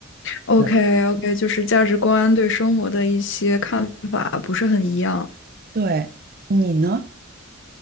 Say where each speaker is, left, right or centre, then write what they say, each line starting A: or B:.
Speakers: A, on the left (about 60°); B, on the right (about 45°).
A: OK
B: 对，
A: OK，就是价值观对生活的一些看法不是很一样。
B: 对，你呢？